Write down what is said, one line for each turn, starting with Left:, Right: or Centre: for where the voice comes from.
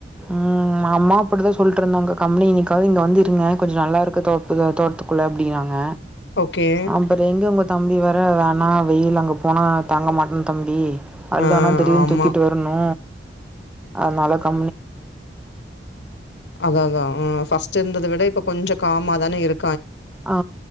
Centre: ம் அம்மா அப்டிதா சொல்ட்ருந்தாங்க கம்பெனிக்காவ்து இங்க வந்து இருங்க கொஞ்சு நல்லா இருக்கு தோப்புல தோட்த்துக்குள்ள அப்டினாங்க
Left: ஓகே
Centre: அம்பது எங்க எங்க தம்பி வர வேணா வெயில் அங்க போனா தாங்க மாட்னு தம்பி அதுதானான்
Left: ஆ
Centre: தெரியுன்
Left: ஆமா
Centre: தூக்கிட்டு வருணு அதுனால கா
Left: அதாஅதா ஆ ஃபஸ்ட்டு இருந்தத விட இப்ப கொஞ் காமா தான இரு
Centre: ஆ